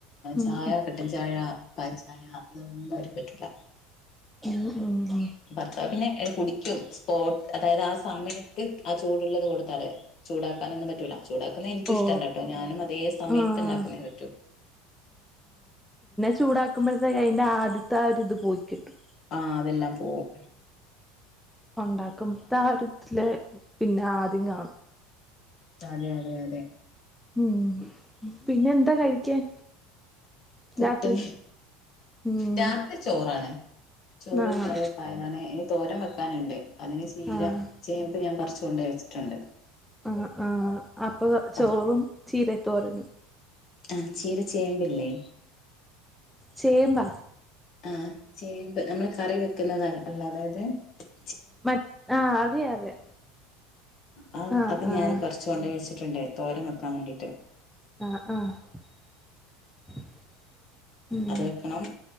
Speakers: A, in the centre; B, on the left.
A: ഉം
B: ചായ കട്ടൻ ചായ പാൽ ചായ ഇതൊന്നും ഓര്ക്കു പറ്റൂല
A: മ്മ് മ്മ്
B: ഭർത്താവ് പിന്നെ കുടിക്കും സ് ഹോട് അതായത് ആ സമയത്തു ചൂടുള്ളത് കൊടുത്താൽ ചൂടാക്കാനൊന്നും പറ്റൂല ചൂടാക്കുന്ന എനിക്കും
A: ഓ
B: ഇഷ്ടമല്ലട്ടോ ഞാനും അതെ സമയത്ത്
A: ആഹ്
B: ഉണ്ടാക്ക്ണെ പറ്റുള്ളൂ
A: ചൂടാക്കുമ്പഴത്തെക്ക് അതിന്റെ ആദ്യത്തെ അത് ഇത് പോയി കിട്ടും
B: ആ അതെല്ലാം പോകും
A: ഉണ്ടാക്കുമ്പോതെ ആ ഒരു ഇതിലെ പിന്നെ ആദ്യം കാ
B: അതെ അതെ അതെ
A: മ് പിന്നെ എന്താ കഴിക്കാൻ
B: പുട്ട്
A: രാത്രി ഉം
B: രാത്രി ചോറാണ് ചോറ്
A: ആഹ്
B: കറി ഒക്കെ ആയതാണ് ഇനി തോരൻ വെക് വെക്കാനുണ്ട് അതിന് ചീര
A: ആഹ്
B: ചേമ്പ് ഞാൻ പറിച്ചുകൊണ്ട് വെച്ച് <unintelligible> ച്ചുണ്ട്
A: ആ ആ അപ്പം ചോറും
B: അത്
A: ചീര തോരനും
B: ആ ചീര ചേമ്പില്ലേ
A: ചേമ്പ
B: ആ ചേമ്പ് നമ്മള് കറി വെ ക്കണത് അല്ലാ <unintelligible>
A: മറ്റ് ആ അറിയാം അറിയാം
B: ഹ
A: ആഹ്
B: അത് ഞാൻ
A: ആഹ്
B: പറിച്ചോണ്ട് വെച്ച് <unintelligible> തോരൻ വെക്കാൻ വേണ്ടീട്ട്
A: ആഹ് ആഹ് ആഹ് <inaudible> ഉം
B: അത് വെക്കണം